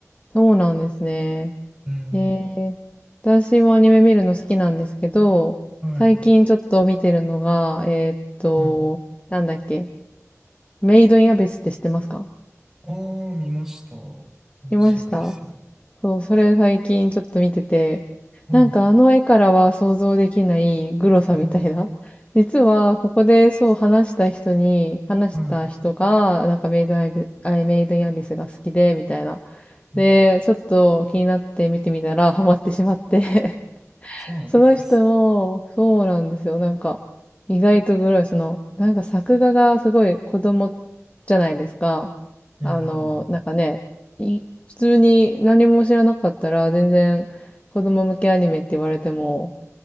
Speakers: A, on the left (about 25°); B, in the centre.
A: そうなんですね。
B: うん。
A: へえ。私もアニメ見るの好きなんですけど、
B: はい。
A: 最近ちょっと見てるのが、えーっと、
B: うん。
A: なんだっけ。メイドインアビスって知ってますか
B: ああ、見ました。面白いですよね。
A: 見ましたそう、それ最近ちょっと見てて、
B: うん
A: なんかあの絵からは想像できないグロさみたいな。
B: うん
A: <laughs> 実は、ここでそう話した人に、話した人が、
B: は
A: なんかメイドインアイメイドインアビスが好きで、みたいな。
B: い。
A: で、ちょっと気になって見てみたら、ハマってしまって
B: そうなんです。
A: その人も、そうなんですよ。なんか、意外とグロい。その、なんか作画がすごい子供じゃないですか。
B: うん。
A: あの、なんかね、い普通に何も知らなかったら、全然子供向けアニメって言われても、